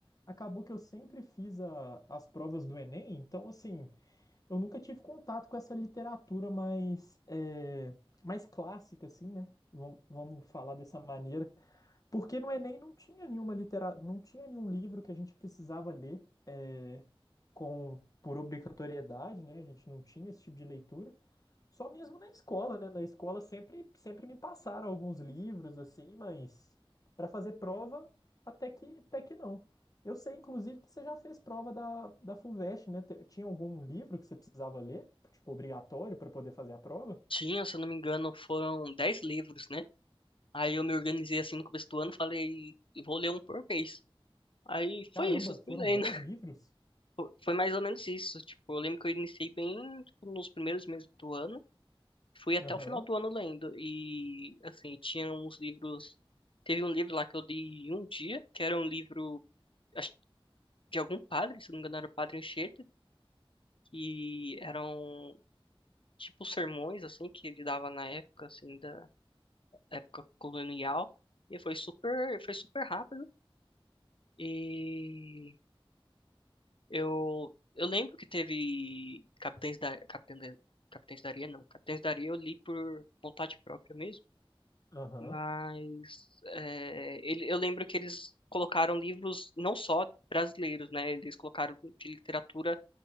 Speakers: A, on the left; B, on the left.
A: acabou que eu sempre fiz a- as provas do Enem, então, assim, eu nunca tive contato com essa literatura mais, é, mais clássica, assim, né? Vamos, vamos falar dessa maneira. Porque no Enem não tinha nenhuma litera... não tinha nenhum livro que a gente precisava ler é, com por obrigatoriedade, né? A gente não tinha esse tipo de leitura. Só mesmo na escola, né? Na escola sempre sempre me passaram alguns livros assim, mas para fazer prova até que até que não. Eu sei, inclusive, que você já fez prova da, da Fuvest né? Te- Tinha algum livro que você precisava ler, tipo, obrigatório para poder fazer a prova?
B: Tinha, se eu não me engano, foram 10 livros, né? Aí eu me organizei assim no começo do ano, falei, vou ler um por mês. Aí
A: Caramba,
B: foi isso, fui
A: foram
B: lendo.
A: dez
B: <laughs>
A: livros?
B: Fo- Foi mais ou menos isso. Tipo, eu lembro que eu iniciei bem, tipo, nos primeiros meses do ano. Fui até
A: Aham,
B: o final do ano lendo. E, assim, tinha uns livros. Teve um livro lá que eu li em um dia, que era um livro acho, de algum padre, se eu não me engano, era o Padre Anchieta, que eram tipo sermões assim que ele dava na época assim da época colonial e foi super foi super rápido e eu eu lembro que teve Capitães da Capitães da, Capitães da Areia não Capitães da Areia eu li por vontade própria mesmo
A: aham.
B: mas é, ele, eu lembro que eles colocaram livros não só brasileiros né eles colocaram de literatura